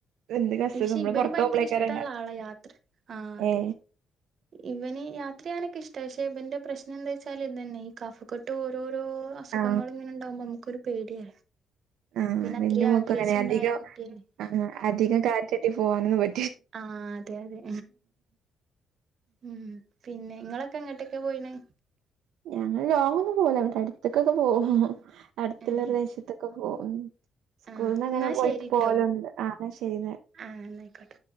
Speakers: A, on the right; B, on the right.
A: എന്തൊക്കെ അസുഖം
B: പക്ഷെ
A: നമ്മള്
B: ഇവന്
A: പുറത്ത്
B: ഭയങ്കര
A: പോകുമ്പളേക്കാരം
B: ഇഷ്ടമുള്ള
A: ഉണ്ടാ
B: ആളാ യാത്ര ആഹ അതെ
A: ഏ
B: ഇവന് യാത്ര അത്രയാൊക്ക ഇഷ്ട പക്ഷെ ഇന്റെശ്ന എന്താ വച്ചാ ഇത്ന്ന ഈ കഫക്കെട്ട് ഓരോ രോ അസുഖങ്ങള്
A: ആ
B: ഇങ്ങനെ ഇണ്ടാകുമ്പോ നമുക്കൊരു പേടിയാ.
A: ആഹ് ആഹ്
B: പിന്നെ
A: ആണ്
B: അത്രയും
A: ഇന്റെ മോക്കും
B: ആഗ്രഹിച്ചുണ്ടായ
A: അങ്ങനെ. അധികം
B: കുട്ടിയല്ലേ
A: ആഹ് അധികം കാറ്റട്ടി പോവാനൊന്നും പ
B: ആഹ് അതെയതെ ഉം പിന്നെ ഇങ്ങളൊക്കെ എങ്ങട്ടെക്കെ പോയിണ്?
A: ഞങ്ങൾ ലോങ് ഒന്നും പോവുല. ഇവടെ അട്ത്ത്ക്കൊക്കെ പോവും. അടുത്തുള്ളരു
B: ഏഹ്
A: ദേശത്തൊക്കെ <unintelligible> സ്കൂളന്ന്
B: ആഹ്
A: അങ്ങനെ
B: എന്നാ
A: പോയിട്ട്
B: ശരിട്ടോ
A: പോവലുണ്ട് ആന്നാ ശരി
B: ആ എന്നായിക്കോട്ടെ